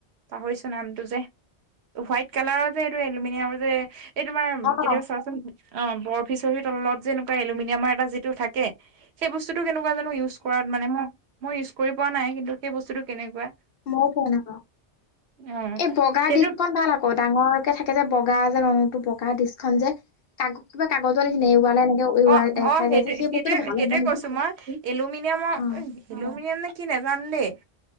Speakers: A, on the right (about 70°); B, on the left (about 60°).
A: পাহৰিছোঁ নামটো যে। ত' হোৱাইট কালাৰৰ যে এইটো এলুমিনিয়ামৰ যে - এই তোমাৰ, ম',
B: অ',
A: কেতিয়াবা
B: অ',
A: চোৱাচোন অ', বৰ - ফিছাৰীৰ তলত যে এলোমিনিয়ামৰ এটা যিটো থাকে, সেই বস্তুটো কেনেকুৱা যানো ইউ- চ কৰাত মানে মই ইউজ পোৱা নাই, কিন্তু সেই বস্তুটো কেনেকুৱা।
B: মইও পোৱা নাই বাৰু।
A: অ'
B: এই বগা
A: সেইটো
B: ডিছখন ভাল আক- কৌ। ডাঙৰকে থাকে যে, বগা যে ৰংটো, বগা দিছখন যে। কাগ, কিবা কাগজৰ নিচিনা <unintelligible> <unintelligible>
A: অহ, অহ
B: খাই
A: সেইটো,
B: যায় যে সেই
A: সেইটোৱে,
B: বস্তুটো ভাল হ'ব
A: সেইটোৱে
B: নেকি
A: কৈছোঁ মই। এলুমিনিয়ামৰ,
B: অ
A: অই। এলুমিনিয়াম নে কি নেজানো দেই।